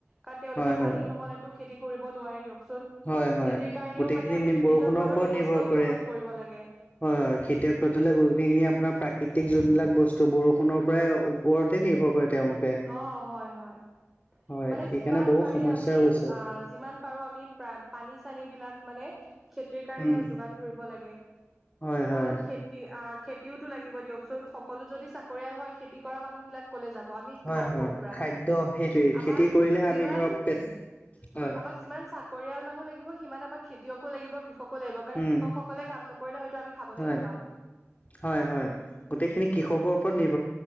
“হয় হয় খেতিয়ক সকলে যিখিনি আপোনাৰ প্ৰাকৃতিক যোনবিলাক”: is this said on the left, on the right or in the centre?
Left